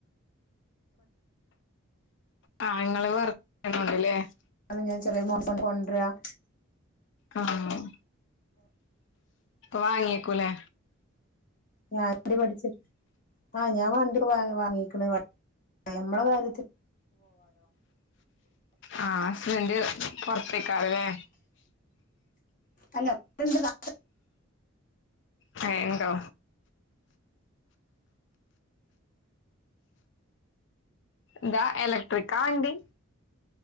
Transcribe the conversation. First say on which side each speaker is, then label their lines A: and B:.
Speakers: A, on the left; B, on the left.
A: ആ ഇങ്ങള് <unintelligible>
B: <unintelligible>
A: ആ പ്പ വാങ്ങയെക്കൂലെ
B: ഞാൻ വണ്ടി പഠിച്ചി ആ ഞാൻ വണ്ടി വാ വാങ്ങിക്ണ നമ്മളെ കാര്യത്തി-
A: ആ ഹസ്ബന്റ് പൊറത്തേക്ക് ആ അല്ലേ
B: അല്ല പ്പ് <unintelligible>
A: ഹേ ഉണ്ടോ ഇതാ എലക്ട്രിക്കാ വണ്ടി